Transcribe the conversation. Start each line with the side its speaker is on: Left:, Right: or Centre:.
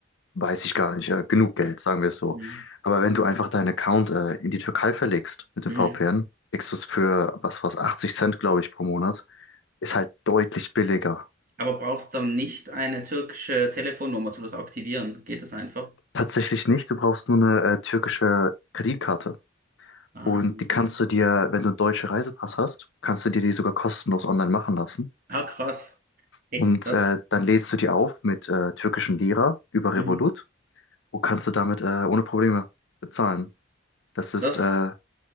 Left: weiß ich gar nicht, äh, genug Geld, sagen wir es so.
Right: Mhm.
Left: Aber wenn du einfach deinen Account äh, in die Türkei verlegst mit dem
Right: Mhm.
Left: VPN, kriegst du es für was was 80 Cent, glaube ich, pro Monat. Ist halt deutlich billiger.
Right: Aber brauchst dann nicht eine türkische Telefonnummer, um das aktivieren? Geht das einfach?
Left: Tatsächlich nicht, du brauchst nur eine äh, türkische Kreditkarte.
Right: Ah,
Left: Und die kannst du dir, wenn du einen deutschen Reisepass hast, kannst du dir die sogar kostenlos online machen lassen.
Right: ah krass. Hey,
Left: Und
Right: das,
Left: äh, dann lädst du die auf mit äh, türkischen Lira über Revolut
Right: mhm.
Left: und kannst du damit äh, ohne Probleme bezahlen. Das ist,
Right: das,
Left: äh,